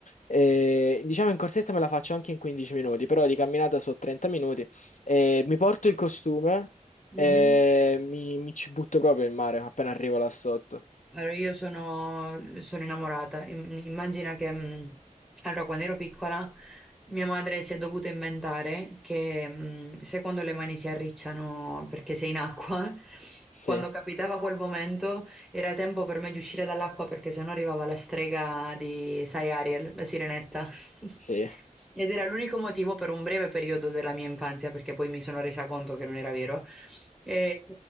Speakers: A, on the left; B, in the centre.
A: E, diciamo in corsetta me la faccio anche in 15 minuti, però di camminata so 30 minuti. E mi porto il costume
B: Mhm.
A: e mi, mi ci butto proprio in mare appena arrivo là sotto.
B: Allora, io sono, sono innamorata. Im- Immagina che, mh, allora, quando ero piccola, mia madre si è dovuta inventare che, mh, se quando le mani si arricciano perché sei in acqua, <laughs>
A: Sì,
B: quando capitava quel momento, era tempo per me di uscire dall'acqua perché sennò arrivava la strega di, sai, Ariel, la sirenetta. <laughs>
A: sì.
B: Ed era l'unico motivo per un breve periodo della mia infanzia, perché poi mi sono resa conto che non era vero, e-